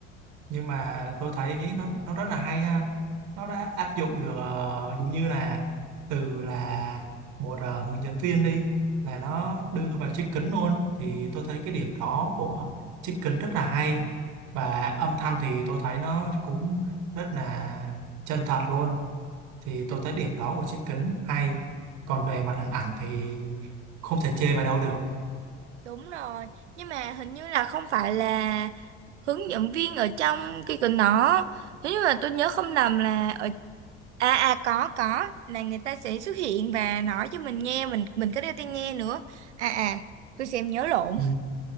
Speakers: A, on the right; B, on the right.
A: nhưng mà tôi thấy nó nó rất là hay ha nó đã áp dụng được ờ, giống như là từ là một ờ, hướng dẫn viên đi là nó đưa vào chiếc kính luôn thì tôi thấy cái điểm đó của chiếc kính rất là hay và âm thanh thì tôi thấy nó cũng rất là chân thật luôn thì tôi
B: Hình-
A: thấy điểm đó của chiếc kính hay còn về mặt hình ảnh thì không thể chê vào đâu được
B: đúng rồi nhưng mà hình như là không phải là hướng dẫn viên ở trong cái gần đó nếu như mà tôi nhớ không lầm là ở à à có có là người ta sẽ xuất hiện và nói cho mình nghe mình mình có đeo tai nghe nữa à à tôi xem nhớ lộn
A: Ừ.